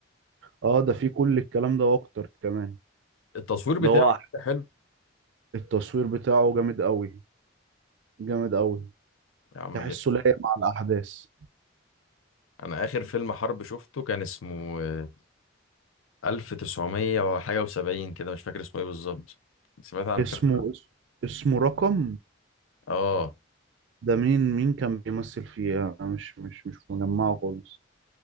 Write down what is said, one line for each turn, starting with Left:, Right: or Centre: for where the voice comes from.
Right: اه ده فيه كل الكلام ده واكتر كمان
Left: التصوير بتاعه
Right: ده هو أح-
Left: حلو
Right: التصوير بتاعه جامد قوي جامد قوي
Left: يا عم
Right: تحسه
Left: جد
Right: لايق مع الاحداث
Left: أنا آخر فيلم حرب شفته كان اسمه آه، 1900 وحاجة وسبعين كده مش فاكر اسمه إيه بالظبط سمعت عن الفيلم
Right: اسمه اس- اسمه رقم
Left: آه
Right: ده مين مين كان بيمثل فيه انا مش مش مش مجمعه خالص